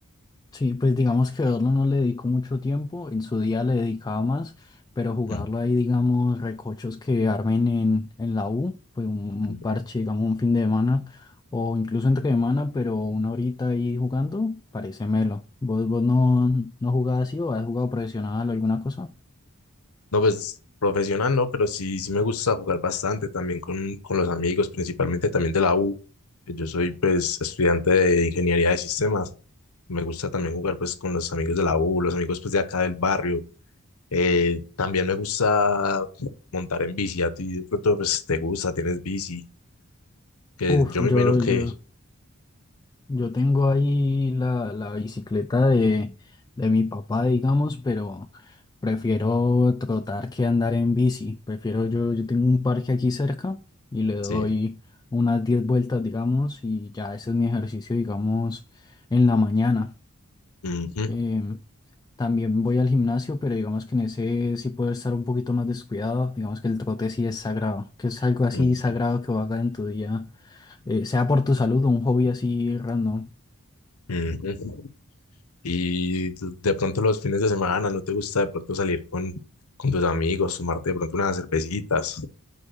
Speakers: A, on the left (about 20°); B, on the left (about 80°).
A: Sí, pues digamos que verlo no le dedico mucho tiempo, en su día le dedicaba más, pero jugarlo
B: Mm,
A: ahí, digamos, recochos que armen en, en la U, pues un
B: mm,
A: parche,
B: mm,
A: digamos, un fin de semana, o incluso
B: mm.
A: entre semana, pero una horita ahí jugando, parece melo. ¿Vos, vos no, no jugás así o has jugado profesional o alguna cosa?
B: No, pues profesional no, pero sí, sí me gusta jugar bastante también con, con los amigos, principalmente también de la U. Yo soy pues estudiante de ingeniería de sistemas. Me gusta también jugar pues con los amigos de la U, los amigos pues de acá del barrio. Eh, también me gusta montar en bici. A ti de pronto pues te gusta, tienes bici, que
A: Uf,
B: yo me
A: yo,
B: imagino
A: yo,
B: que
A: Yo tengo ahí la, la bicicleta de, de mi papá, digamos, pero prefiero trotar que andar en bici. Prefiero yo, yo tengo un parque aquí cerca y le doy
B: Sí.
A: unas 10 vueltas, digamos, y ya ese es mi ejercicio, digamos, en la mañana.
B: Ujú,
A: Em, también voy al gimnasio, pero digamos que en ese sí puedo estar un poquito más descuidado. Digamos que el trote sí es sagrado, que es algo así
B: ujú,
A: sagrado que hagas en tu día, eh, sea por tu salud o un hobby así random.
B: ujú. Y tú- de pronto los fines de semana, ¿no te gusta de pronto salir con, con tus amigos, tomarte de pronto unas cervecitas?